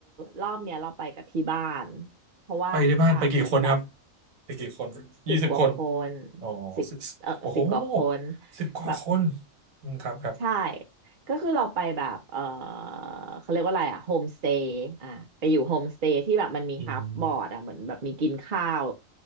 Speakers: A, on the right (about 45°); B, on the right (about 90°).
A: รอบเนี้ยเราไปกับที่บ้านเพราะว่า
B: ไปที่บ้านไปกี่คนครับ
A: เหมือนแบบ
B: ไปกี่คนยี่สิบคน
A: สิบกว่าคน
B: อ๋อสิบโอ้โห
A: สิบเออสิบกว่าคน
B: สิบกว่าคน
A: แบบ
B: อืมครับครับ
A: ใช่ ก็คือเราไปแบบเออเขาเรียกว่าอะไรอะโฮมสเตย์อ่ะไปอยู่โฮมสเตย์ที่แบบมันมีฮาฟบอร์ดอะเหมือนแบบมีกินข้าว
B: อืม